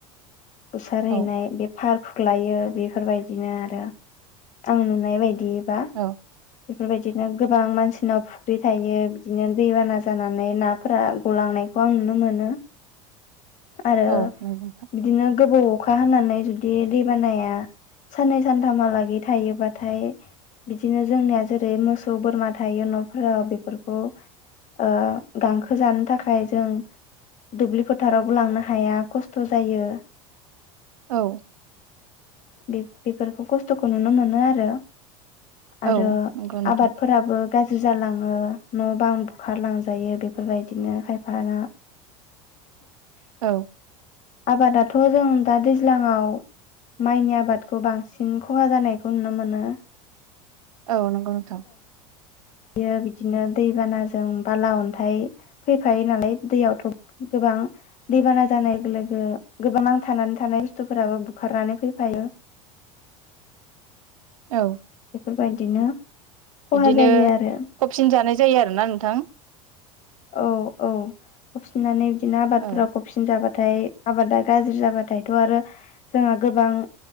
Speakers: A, on the left; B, on the right.
A: बुसार हैनाय
B: औ
A: बे पार्क ग्लायो। बेफोरबायदिनो आरो आं नुनाय बायदि दा
B: औ
A: बेफोरबायदिनो गोबां मानसिनाव फुख्रि थायो बिदिनो दैबाना जानानै नाफोरा गलांनायखौ आं नुनो मोनो। आरो
B: औ नंगौ नोंथां
A: बिदिनो गोबाव अखा हानानै जुदि दै बानाया साननै सानथामहालागै थायोबाथाय बिदिनो जोंनिया जेरै मोसौ बोरमा थायो न'फोराव बेफोरखौ ओ गांखो जानो थाखाय जों दुब्लि फोथारावबो लांनो हाया खस्थ' जायो।
B: औ।
A: बे बेफोरखौ खस्थ'खौ नुनो मोनो आरो।
B: औ
A: आरो
B: नंगौ नोंथां
A: आबादफोराबो गाज्रि जालाङो न' बां बुखारलांजायो बेफोरबायदिनो खायफाना
B: औ।
A: आबादाथ' जों दा दैज्लाङाव माइनि आबादखौ बांसिन खहा जानायखौ नुनो मोनो।
B: औ नंगौ नोंथां।
A: बियो बिदिनो दैबानाजों बाला अन्थाइ फैफायो नालाय दैयावथ' गोबां दैबाना जानाय लोगो गोबां नांथानानै थानाय बुस्थुफोराबो बुखारनानै फैफायो।
B: औ।
A: बेफोरबायदिनो खहा
B: बिदिनो
A: जायो आरो
B: फबसिन जानाय जायो आरोना नोंथां।
A: औ औ फबसिन जानाय बिदिनो आबादफोरा
B: औ
A: फबसिन जाबा बाथाय आबादा गाज्रि जाबाथायथ' आरो जोंहा गोबां